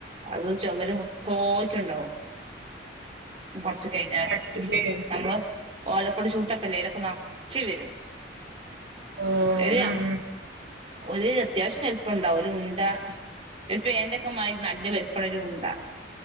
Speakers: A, on the right; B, on the right.
A: അത് ചൊമര് മൊത്തോം ആയിട്ടൊണ്ടാവും കൊറച്ച് കഴിഞ്ഞാല്
B: കടിക്കുല്ലേ
A: നമ്മള് ഓലക്കൊടി ചൂട്ടക്കല്ലേ ആയിലൊക്കെ നെറച്ച് വരും
B: ഓ
A: <unintelligible>
B: ഉം ഉം
A: ഒരു അത്യാവശ്യം ഹെല്പ്പ്പുണ്ടാവും ഒരു ഉണ്ടാ ഒരു പേന്റെക്ക മാതിരി നല്ല വലിപ്പൊള്ളൊരു ഉണ്ട